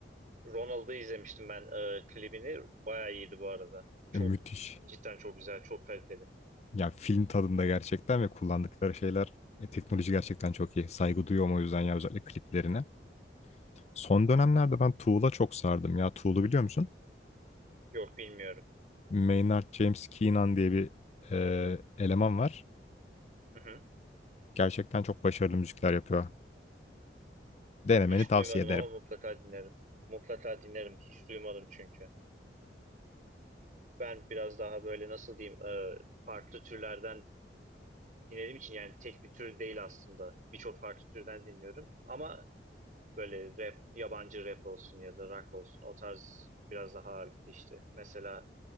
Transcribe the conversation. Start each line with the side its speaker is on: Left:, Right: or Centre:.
Right: Ronald'ı izlemiştim ben e, klibini. Bayağı iyiydi bu arada. Çok
Left: e, müthiş.
Right: cidden çok güzel, çok kaliteli.
Left: Ya film tadında gerçekten ve kullandıkları şeyler e, teknoloji gerçekten çok iyi. Saygı duyuyorum o yüzden ya özellikle kliplerine. Son dönemlerde ben Tool'a çok sardım ya. Tool'u biliyor musun?
Right: Yok bilmiyorum.
Left: Maynard James Keenan diye bir e, eleman var.
Right: Hı hı.
Left: Gerçekten çok başarılı müzikler yapıyor. Denemeni
Right: Hiç
Left: tavsiye
Right: duymadım
Left: ederim.
Right: ama mutlaka dinlerim. Mutlaka dinlerim. Hiç duymadım çünkü. Ben biraz daha böyle nasıl diyeyim e, farklı türlerden dinlediğim için yani tek bir tür değil aslında. Birçok farklı türden dinliyorum. Ama böyle rap, yabancı rap olsun ya da rock olsun o tarz biraz daha ağırlıklı işte. Mesela